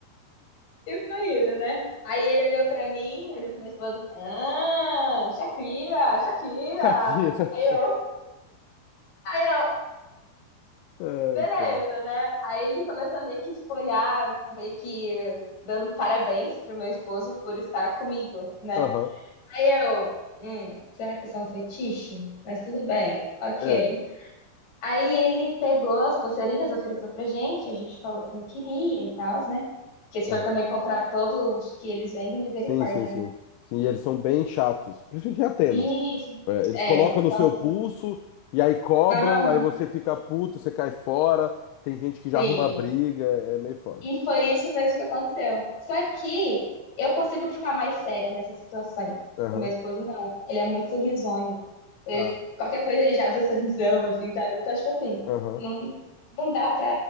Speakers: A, on the left; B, on the left.
A: E foi indo, né? Aí ele olhou pra mim, olhou pra minha esposa. Ah, Shakira, Shakira.
B: Shakira.
A: Aí eu,
B: <laughs>
A: aí eu,
B: É,
A: beleza,
B: então.
A: né? Aí ele começa meio que, tipo, olhar, meio que dando parabéns pro meu esposo por estar comigo, né?
B: Aham,
A: Aí eu, hum, será que isso é um fetiche? Mas tudo bem, ok.
B: é.
A: Aí ele pegou as pulseirinhas, ofereceu pra gente, a gente falou que não queria e tal, né? Que se
B: Aham.
A: for também comprar todos que eles vendem, misericórdia,
B: Sim, sim, sim.
A: né?
B: Sim, e eles são bem chatos, principalmente em Atenas.
A: Isso,
B: É, eles
A: é.
B: colocam no
A: São-
B: seu pulso e aí cobram,
A: Aham,
B: aí você fica puto, você cai fora. Tem gente que já
A: sim.
B: arruma briga, é é meio foda.
A: E foi isso mesmo que aconteceu. Só que eu consigo ficar mais séria nessas situações.
B: Aham,
A: O meu esposo não. Ele é muito sorrisonho. Ele,
B: tá.
A: qualquer coisa ele já abre o sorrisão, assim, sabe? Então, tipo assim,
B: Aham,
A: não, não dá pra